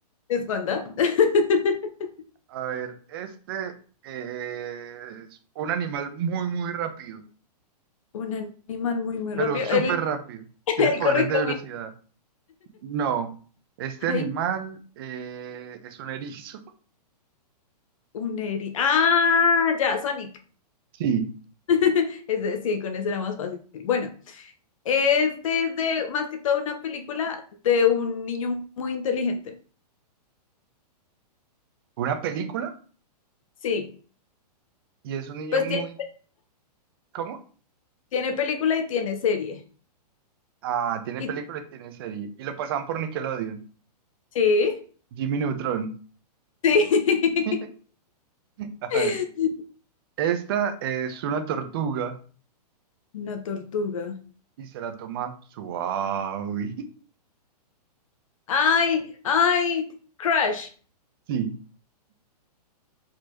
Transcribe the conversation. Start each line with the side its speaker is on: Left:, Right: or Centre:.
Left: ¿Es Wanda? <laughs>
Right: A ver, este eh, es un animal muy, muy rápido,
Left: Un animal muy, muy
Right: pero
Left: rápido.
Right: súper
Left: El,
Right: rápido.
Left: <laughs>
Right: Tiene
Left: el
Right: poderes
Left: correcamino.
Right: de velocidad. No, este animal
Left: Ay,
Right: eh, es un erizo. <laughs>
Left: un eri. Ah, ya, Sonic.
Right: Sí.
Left: <laughs> Es decir con eso era más fácil. Bueno, este es de más que todo una película de un niño muy inteligente.
Right: Una película
Left: Sí,
Right: y es un niño
Left: pues
Right: muy...
Left: tiene,
Right: ¿Cómo?
Left: tiene película y tiene serie.
Right: Ah, tiene
Left: Y,
Right: película y tiene serie. Y lo pasaban por Nickelodeon.
Left: sí,
Right: Jimmy Neutron.
Left: sí.
Right: <laughs> A ver,
Left: <laughs>
Right: esta es una tortuga
Left: Una tortuga.
Right: y se la toma suave. <laughs>
Left: Ay, ay, crush
Right: Sí,